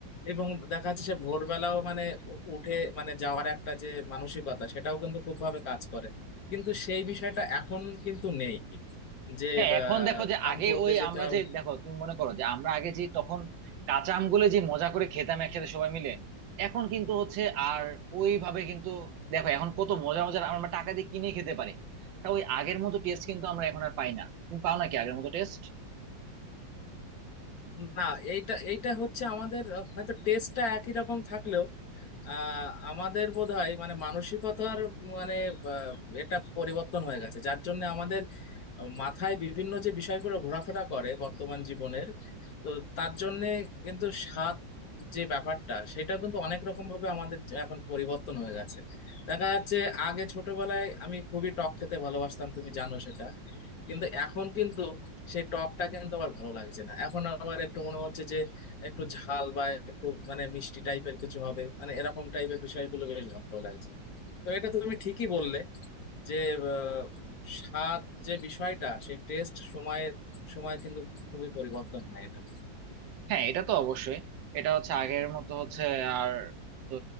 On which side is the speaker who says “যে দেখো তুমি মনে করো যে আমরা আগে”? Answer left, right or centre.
Right